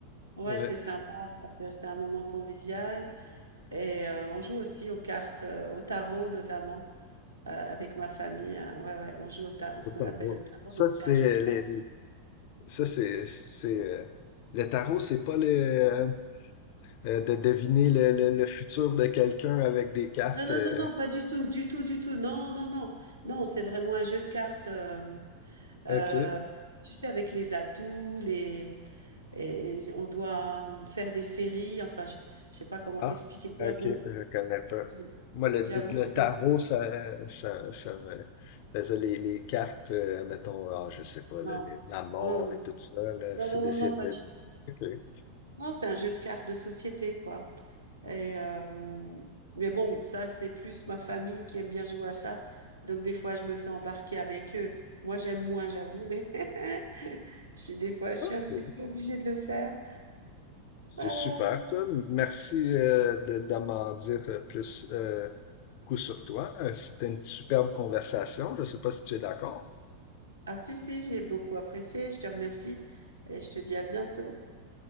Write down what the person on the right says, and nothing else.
Ouais,
c'est sympa. ça peut- C'est un moment convivial. Et euh, on joue aussi aux cartes, euh, au tarot notamment, euh, avec ma famille. hein. Ouais, ouais, on joue au ta- ce
qu'on appelle le tarot.
Donc,
c'est un jeu de
cartes.
Non, non,
non, non, pas du tout, du tout, du tout. Non, non, non. Non, c'est vraiment un jeu de cartes. euh, Euh,
tu sais, avec les atouts, les... et on doit faire des séries. Enfin, je ne sais pas comment t'expliquer.
Mais
bon,
c'est-
j'avoue
que...
je-
Non.
Non, non,
non,
non, non,
non, non,
pas du
tout.
Non, c'est un jeu de cartes de société, quoi. Et, euh, Mais bon, ça, c'est plus ma famille qui aime bien jouer à ça. Donc, des fois, je me fais embarquer avec eux. Moi, j'aime moins, j'avoue, mais <laughs> je suis- des fois, je
suis un petit peu obligée de le faire.
Euh,
Ah si, si, j'ai beaucoup apprécié, je te remercie et je te dis à bientôt.